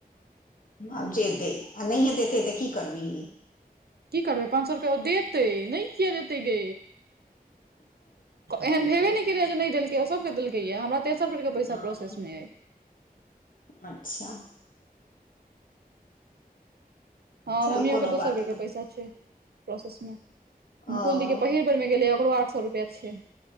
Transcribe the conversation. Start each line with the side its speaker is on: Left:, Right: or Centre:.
Left: आब जे दे आ नहिए देतै तऽ की करबी?
Right: की करबै, पाँच सय रुपया ओ देतै नहि, किया देतै गे? एहन भेबे ने केलऽ जे नहि देलकै आ सभके देलक, या हमरा तेसर राउण्डके पैसा
Left: हँ
Right: प्रोसेसमे अय।
Left: अच्छा
Right: ह
Left: चल
Right: मम्मियो
Left: कोनो
Right: के दोसर
Left: बात
Right: बेर
Left: नहि
Right: के पैसा छै प्रोसेस मे मुकुल
Left: ओ
Right: दी के पहिल बेरमे गेलैया ओकरो आठ सौ रुपैया छै